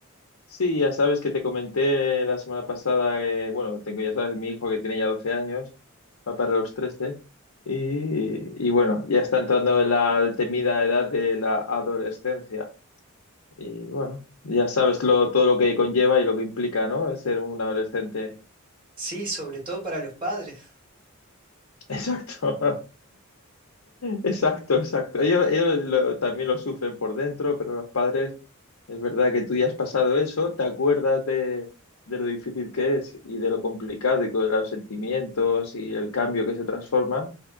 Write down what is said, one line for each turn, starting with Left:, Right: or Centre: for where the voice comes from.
Left: sí, ya sabes que te comenté la semana pasada, eh, bueno, tengo, ya sabes, mi hijo que tiene ya 12 años, va para los 13 y, y bueno, ya está entrando en la temida edad de la adolescencia. Y bueno, ya sabes lo, todo lo que conlleva y lo que implica, ¿no? Ser un adolescente.
Right: Sí, sobre todo para los padres.
Left: <laughs> Exacto. Exacto, exacto. Ellos, ellos lo- también lo sufren por dentro, pero los padres, es verdad que tú ya has pasado eso, te acuerdas de, de lo difícil que es y de lo complicado y con los sentimientos y el cambio que se transforma.